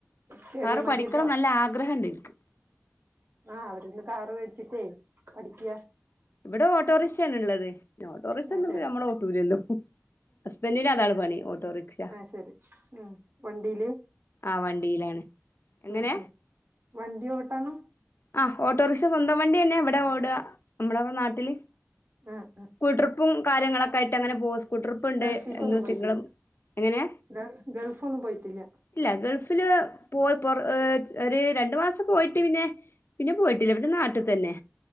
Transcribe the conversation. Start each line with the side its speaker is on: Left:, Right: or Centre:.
Right: കേറിയാ
Left: കാറ്
Right: മതിയല്ലോ
Left: പഠിക്കണം നല്ല ആഗ്രഹണ്ട് എനിക്ക്
Right: ആഹ് അവരന്ന് കാറ് മേടിച്ചിട്ടേ പഠിക്കാ
Left: ഇവിടെ ഓട്ടോറിക്ഷയാണ് ഉള്ളത് ഓട്ടോറിക്ഷ
Right: ആഹ്
Left: ഒന്നും
Right: ശരി
Left: നമ്മൾ ഓട്ടൂലല്ലോ ഹസ്ബൻഡിന് അതാണ് പണി ഓട്ടോറിക്ഷ
Right: ആഹ് ശരി ഉം വണ്ടിയില്
Left: ആ വണ്ടിയിലാണ് എങ്ങനെ
Right: ഉം ഉം വണ്ടി ഓട്ടാണ്
Left: ആ ഓട്ടോറിക്ഷ സ്വന്തം വണ്ടി തന്നെ ഇവിടെ ഓടാ നമ്മളടെ നാട്ടില്
Right: ആ ഹ്
Left: സ്കൂൾ ട്രിപ്പും കാര്യങ്ങളൊക്കെ ആയിട്ട് അങ്ങനെ പോകും സ്കൂൾ ട്രിപ്പ്ണ്ട്
Right: ഗൾഫിക്കൊന്നും
Left: എന്നും
Right: പോയിട്ടില്ല
Left: തിങ്കളും എങ്ങനെ
Right: ഗ ഗൾഫ് ഒന്നും പോയിട്ടില്ല
Left: ഇല്ല ഗൾഫില് പോയിപോന്ന് ഒരു രണ്ടു മാസം പോയിട്ട് പിന്നെ പിന്നെ പോയിട്ടില്ല പിന്നെ നാട്ടിൽ തന്നെ